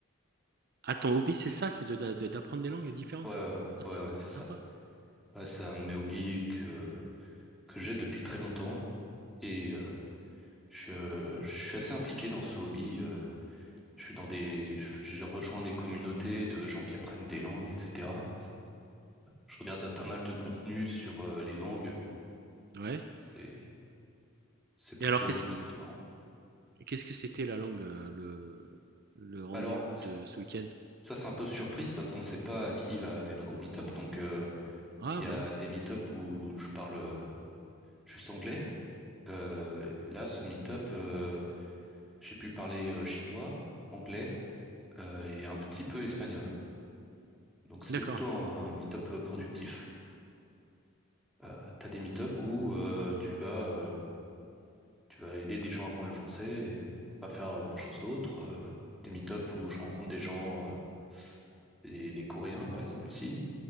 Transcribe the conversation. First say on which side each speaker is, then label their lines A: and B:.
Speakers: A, on the right; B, in the centre.
A: Ah, ton hobby, c'est ça, c'est de, de- d'apprendre des langues différentes.
B: Ouais, ouais,
A: Ah,
B: ouais,
A: c'est
B: ouais,
A: sy-
B: c'est
A: sympa.
B: ça. Ouais, c'est un de mes hobbies que, que j'ai depuis très longtemps. Et euh, je, je suis assez impliqué dans ce hobby. euh, je suis dans des, je- j'ai rejoint des communautés de gens qui apprennent des langues, etc. je regarde pas mal de contenu sur euh, les langues.
A: Ouais.
B: C'est, c'est plutôt,
A: Et alors, qu'est-ce,
B: c'est plutôt marrant.
A: qu'est-ce que c'était la langue, euh, le, le rendez-vous
B: Bah, Alors, c'est-
A: de ce week-end?
B: ça, c'est un peu surprise parce qu'on ne sait pas qui va être au meet-up. Donc, euh,
A: Ah
B: il y
A: bon,
B: a des meet-up où je parle euh, juste anglais. Euh, là, ce meet-up, euh, j'ai pu parler euh, chinois, anglais euh, et un petit peu espagnol. Donc, c'était
A: d'accord.
B: plutôt un, un meet-up euh, productif. Euh, t'as des meet-up où euh, tu vas euh, Tu vas aider des gens à apprendre le français et pas faire euh, grand-chose d'autre. Euh, des meet-up où je rencontre des gens, euh, des, des Coréens par exemple aussi.